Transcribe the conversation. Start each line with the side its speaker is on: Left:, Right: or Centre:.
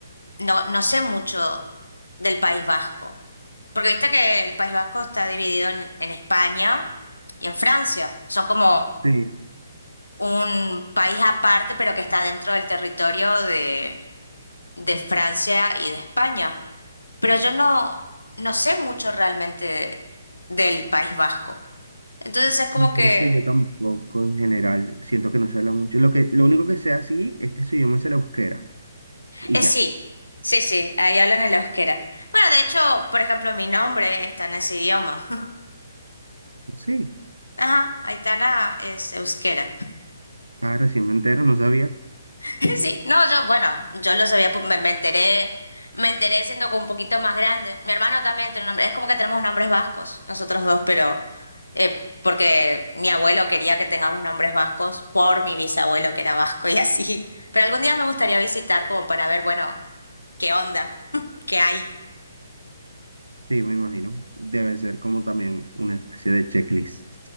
Left: no, no sé mucho del País Vasco. Porque viste que el País Vasco está dividido en, en España y en Francia. Son como
Right: Sí,
Left: un país aparte, pero que está dentro del territorio de, de Francia y de España pero yo no, no sé mucho realmente de- del País Vasco. Entonces es como
Right: Sí, pero
Left: que,
Right: es que yo tampoco en general siento que no se habla mucho. Lo que, lo único que sé así es que su idioma es el euskera y
Left: eh,
Right: ya.
Left: sí, sí, sí, ahí hablan el euskera. Bueno, de hecho, por ejemplo, mi nombre está en ese idioma. <laughs>
Right: Pues Sí,
Left: Ajá, Aitana es euskera.
Right: ah, recién me entero, no sabía.
Left: <laughs> Sí, no, yo, bueno, yo lo sabía, pu- me, me enteré, me enteré siendo como un poquito más grande. Mi hermano también tiene un nombre, es como que tenemos nombres vascos, nosotros dos, pero... Eh, porque mi abuelo quería que tengamos nombres vascos por mi bisabuelo que era vasco y así. Pero algún día me gustaría visitar como para ver, bueno, qué onda, <laughs> qué hay.
Right: Sí, me imagino. Debe ser como también una especie de checklist.